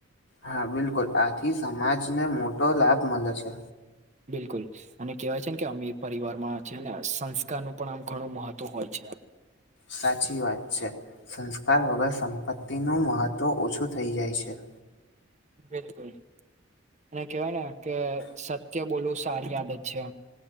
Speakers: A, on the left (about 65°); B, on the right (about 35°).
A: હા બિલકુલ આથી સમાજને મોટો લાભ મલે છે.
B: બિલકુલ. અને કેહેવાય છે, ને કે અમી પરિવાર માં છે, ને સંસ્કારનું પણ આમ ઘણું મહત્વ હોય છે.
A: સાચી વાત છે, સંસ્કાર વગર સંપત્તિનું મહત્વ ઓછું થઈ જાય છે.
B: બિલકુલ અને કેવાય ને કે સત્ય બોલવુ સારી આદત છે.